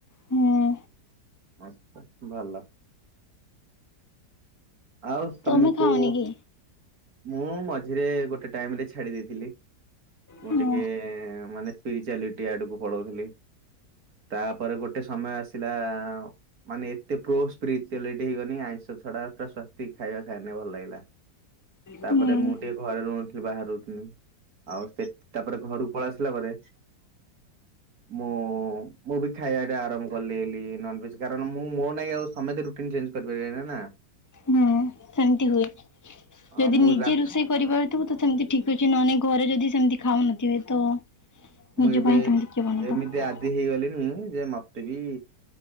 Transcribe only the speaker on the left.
ହୁଁ
ତମେ ଖାଅନି କି?
ହୁଁ
ହୁଁ
ହୁଁ ସେମିତି ହୁଏ
ଯଦି
ନିଜେ
ରୁଷେଇ କରିପାରୁଥିବୁ ତୁ ସେମିତି ଠିକ୍ ଅଛି ନଅନେ ଘରେ ଯଦି ସେମିତି ଖାଉନଥିବେ ତ ନିଜ
ପାଇଁ ସେମିତି କିଏ ବନେଇଦବ?